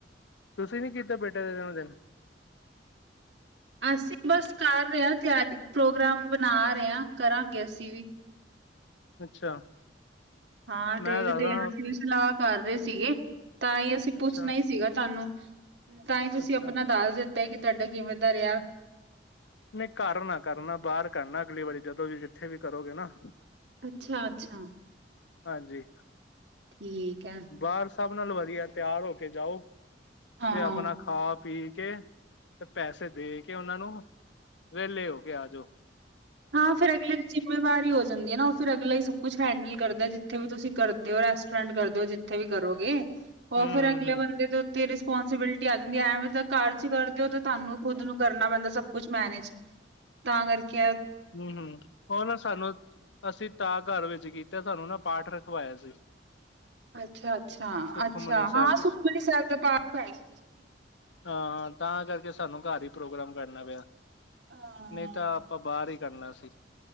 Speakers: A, on the left; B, on the right.
A: ਤੁਸੀਂ ਨੀ ਕੀਤਾ ਬੇਟੇ। ਜਨਮ ਦਿਨ
B: ਅਸੀਂ ਬਸ ਕਰ ਰਹੇ ਹਾਂ ਤਿਆਰੀ ਪ੍ਰੋਗਰਾਮ ਬਣਾ ਰਹੇ ਹ ਕਰਾਂਗੇ ਅਸੀਂ ਵੀ
A: ਅੱਛਾ
B: ਹਾਂ
A: ਮੈਂ
B: ਦੇਖਦੇ
A: ਦੱਸਦਾ
B: ਹ ਕਿ ਸਲਾ ਕਰ ਰਹੇ ਸੀਗੇ ਤਾਂ ਹੀ ਅਸੀਂ
A: ਅੱਛਾ
B: ਪੁੱਛਣਾ ਹੀ ਸੀਗਾ ਤੁਹਾਨੂੰ ਤਾਂ ਹੀ ਤੁਸੀਂ
A: ਅੱਛਾ
B: ਆਪਣਾ ਦਸ ਦਿੱਤਾ ਪਤਾ ਕਿ ਤੁਹਾਡਾ ਕਿਵੇਂ ਦਾ ਰਿਹਾ
A: ਨਹੀਂ ਘਰ ਕਰਨਾ ਬਾਹਰ ਕਰਨਾ ਅਗਲੀ ਵਾਰੀ ਜਦੋਂ ਵੀ ਕਿੱਥੇ ਵੀ ਕਰੋਗੇ ਨਾ
B: ਅੱਛਾ-ਅੱਛਾ
A: ਹਾਂਜੀ
B: ਠੀਕ ਆ
A: ਬਾਹਰ ਸਭ ਨਾਲ ਵਧੀਆ ਤਿਆਰ ਹੋ ਕੇ ਜਾਓ
B: ਹਾਂ
A: ਤੇ ਆਪਣਾ ਖਾ ਪੀ ਕੇ ਤੇ ਪੈਸੇ ਦੇ ਕੇ ਉਹਨਾਂ ਨੂੰ ਵੇਲੇ ਹੋ ਕੇ ਆਜੋ।
B: ਹਾਂ ਫਿਰ ਅਗਲੇ <unintelligible> ਜ਼ਿੰਮੇਵਾਰੀ ਹੋ ਜਾਂਦੀ ਐ ਨਾ ਓ ਫਿਰ ਅਗਲਾ ਈ ਸਭ ਕੁੱਛ ਹੈਂਡਲ ਕਰਦਾ ਜਿੱਥੇ ਵੀ ਤੁਸੀਂ ਕਰਦੇ ਓ ਰੈਸਟੋਰੈਂਟ ਕਰਦੇ ਓ ਜਿੱ ਥੇ ਵੀ ਕਰੋਗੇ ਓ
A: ਹੂੰ
B: ਫਿਰ
A: ਹੂੰ
B: ਅਗਲੇ
A: ਹੂੰ
B: ਬੰਦੇ ਤੋਂ ਤੇ ਰਿਸਪੋਂਸੀਬਿਲਿਟੀ ਆ ਜਾਂਦੀ ਐਵੇਂ ਤਾਂ ਘਰ ਚ ਕਰਦੇ ਓ ਤੇ ਤੁਹਾਨੂੰ ਖੁਦ ਨੂੰ ਕਰਨਾ ਪੈਂਦਾ ਸਭ ਕੁਛ ਮੈਨੇਜ ਤਾਂ ਕਰਕੇ ਐ
A: ਹੂੰ-ਹੂੰ ਓ ਨਾ ਸਾਨੂੰ ਅਸੀਂ ਤਾ ਘਰ ਵਿੱਚ ਕੀਤਾ ਸਾਨੂੰ ਨਾ ਪਾਠ ਰਖਵਾਇਆ ਸੀ।
B: ਅੱਛਾ-ਅੱਛਾ-ਅੱਛਾ
A: ਸੁਖਮਨੀ ਸਾਹਿਬ
B: ਹਾਂ ਸੂਖਮਨੀ ਸੈਬ ਦਾ ਪਾਠ ਕਰਾਇਆ ਸੀ ਤੁਸੀ
A: ਹਾਂ-ਹਾਂ ਤਾਂ ਕਰਕੇ ਸਾਨੂੰ ਘਰ ਈ ਪ੍ਰੋਗਰਾਮ ਕਰਨਾ ਪਿਆ
B: ਹਾਂ
A: ਨਈ ਤਾਂ ਆਪਾਂ ਬਾਰ ਈ ਕਰਨਾ ਸੀ।